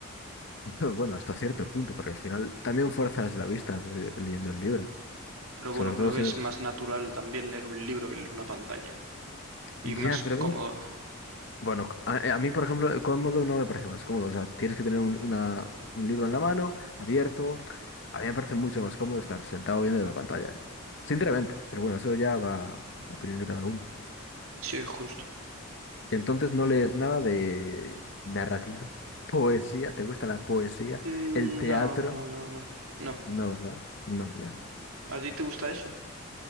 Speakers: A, on the left; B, on the right.
A: <laughs> Bueno, hasta cierto punto, porque al final también fuerzas la vista eh, leyendo el libro,
B: Pero
A: sobre
B: bueno, creo
A: todo
B: que
A: si
B: es
A: no...
B: más natural también leer un libro que leer una pantalla. Y
A: Ya,
B: más
A: pero
B: cómodo.
A: a mí, bueno, a, eh, a mí, por ejemplo, el cómodo no me parece más cómodo, o sea, tienes que tener un, una- un libro en la mano, abierto, a mí me parece mucho más cómodo estar sentado viendo la pantalla, eh. Sinceramente, pero bueno, eso ya va a opinión de cada uno.
B: Sí, justo.
A: Entonces no lees nada de narrativa, <laughs> poesía, ¿te gusta la poesía?
B: Mm,
A: ¿El teatro?
B: No, no, no, no. No.
A: No, ¿verdad? No, ya.
B: ¿A ti te gusta eso?